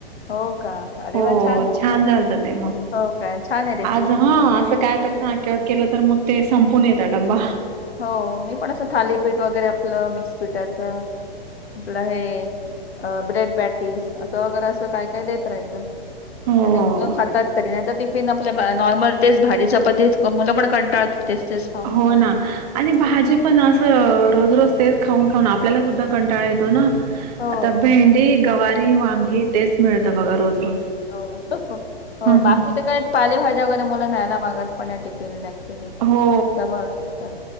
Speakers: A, on the left (about 75°); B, on the right (about 40°).
A: हो का अरे
B: हो
A: वा आहे
B: छान झालत ते मग
A: हो काय छान आहे रेसिपी
B: आज हा
A: हो
B: असं काय तर केलं तर मग ते संपून येत डब्बा
A: हो मी पण असं थालीपीठ वगैरे आपलं मिक्स पीठाचं आपलं हे ब्रेड पॅटीस असं वगैरे अस काय काय देत राहायचं
B: हो.
A: तर नाही मुलं खातात तरी नाही तर फ आपल्या नॉर्मल तेच भाजी चपाती मुलं पण कंटाळतात तेच तेच खाऊन
B: हो
A: खाऊन
B: ना आणि भाजी पण असं रोज ररोज तेच खाऊन खाऊन आपल्यालासुद्धा कंटाळा येतो ना
A: हो
B: आता भेंडी गवारी वांगी तेच मिळत बघा रोज रोज
A: हो
B: हं
A: बाकी
B: हं.
A: तर काय पालेभाज्या वगैरे मुला न्यायला मागत पण टिक चलो
B: हो
A: अस